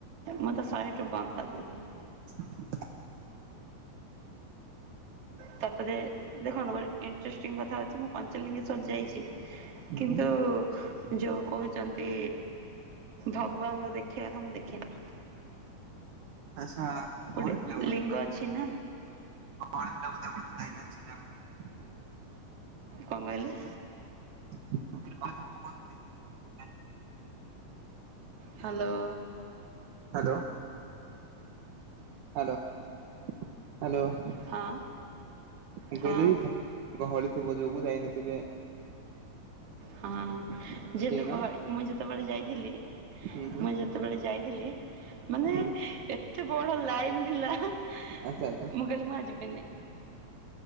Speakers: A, on the right; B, on the right.
A: ମୁଁ ତ ଶହେ ଟୁ ବନ୍ଦ କରିଦେଇଥିଲି।
B: <inaudible>
A: ତାପରେ ଦେଖନ୍ତୁ ଗୋଟେ ଇଣ୍ଟେଷ୍ଟ୍ରିଂ କଥାଅଛି ମୁଁ ପଞ୍ଚଲିଙ୍ଗଶ୍ଵର ଯାଇଛି
B: ହୁଁ
A: କିନ୍ତୁ ଯୋଉ କହୁଛନ୍ତି ଭଗବାନଙ୍କ ଦେଖିବା କଥା ମୁଁ ଦେଖିନି।
B: ଆଚ୍ଛା
A: ଗୋଟେ
B: କଣ ଥିଲା ବୋଧେ
A: ଲିଙ୍ଗ ଅଛି ନା।
B: <unintelligible>
A: କଣ କହିଲେ?
B: <inaudible>
A: ହ୍ୟାଲୋ!
B: ହ୍ୟାଲୋ! Hello hello!
A: ହଁ।
B: ମୁଁ
A: ହଁ
B: କହିଲିି ଗହଳି ଥିବ ଯୋଗୁ ଯାଇନଥିବେ?
A: ହଁ ଯେହେତୁ
B: ଠିକ
A: ଗହଳି
B: ନା
A: ମୁଁ ଯେତେବେଳେ ଯାଇଥିଲି
B: ହୁଁ ହୁଁ
A: ମୁ ଯେତେବେଳେ ଯାଇଥିଲି ମାନେ
B: ହୁଁ
A: ଏତେ ବଡ ଲାଇନ ଥିଲା। ମୁ
B: ଆଚ୍ଛା ଆଚ୍ଛା
A: କହିଲି ମୁଁ ଆଉ ଯିବିନି।